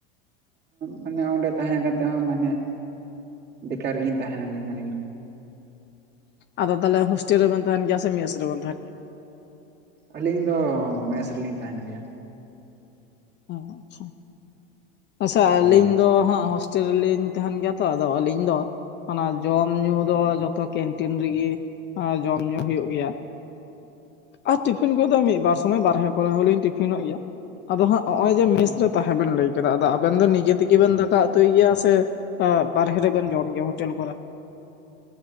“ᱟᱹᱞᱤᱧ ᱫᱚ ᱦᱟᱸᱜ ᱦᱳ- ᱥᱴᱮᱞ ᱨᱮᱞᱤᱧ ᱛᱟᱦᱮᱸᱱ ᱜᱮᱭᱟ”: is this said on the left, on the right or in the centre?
Left